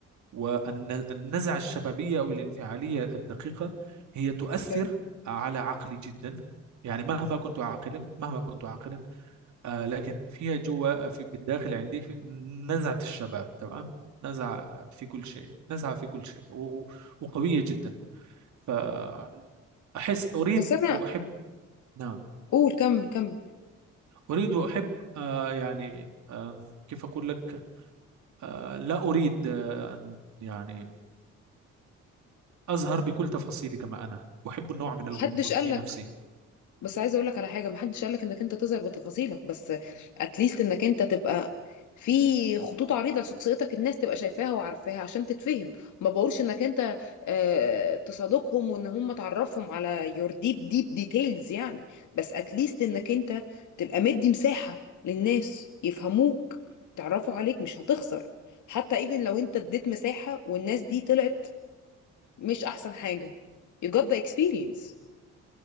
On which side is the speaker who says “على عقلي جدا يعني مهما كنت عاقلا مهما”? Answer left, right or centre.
Right